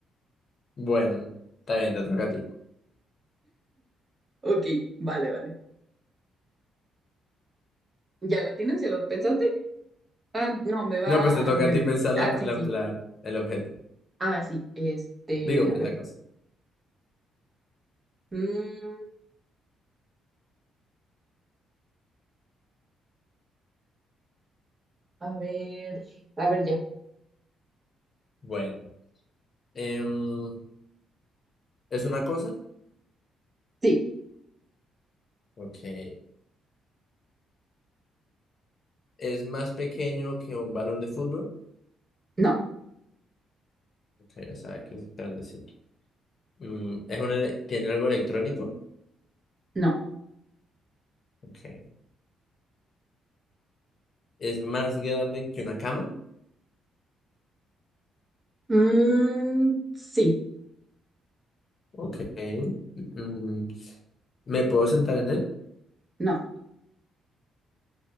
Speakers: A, on the left (about 45°); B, on the right (about 25°).
A: Bueno, está bien, te toca a ti.
B: ok, vale, vale, ¿ya la tienes? ¿Ya lo pensaste? Ah, no, me va
A: No, pues te toca
B: a...
A: a ti pensar
B: Ah,
A: la,
B: sí,
A: la,
B: sí,
A: la- el objeto.
B: ah, sí, este,
A: Digo, pues
B: a ver.
A: la cosa.
B: Mm, a ver, a ver ya.
A: Bueno, em, ¿es una cosa?
B: Sí,
A: Ok. ¿Es más pequeño que un balón de fútbol?
B: no,
A: Ok, o sea, que es grandecito. Mm, ¿es un ele- ¿tiene algo electrónico?
B: no.
A: Ok. ¿Es más grande que una cama?
B: Mm, sí,
A: Ok. Mm, ¿me puedo sentar en él?
B: no.